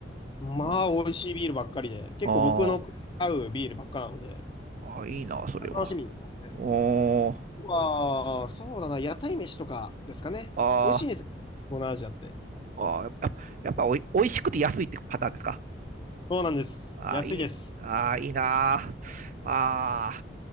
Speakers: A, on the left; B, on the right.
A: まあ、
B: なるほど。
A: 美味しいビールばっかりで、結構僕の合うビールばっかなので、
B: あーあー、いいな、それは。
A: 楽しみに行きますね。
B: おー、
A: まあ、そうだな、屋台飯とかですかね。
B: あー
A: 美味しいんですよ、東南アジアって。
B: あー、やっぱ、やっぱおい、おいしくて安いってパターンですか
A: そうなんです。
B: あいい、
A: 安いです。
B: あいいなあ。あ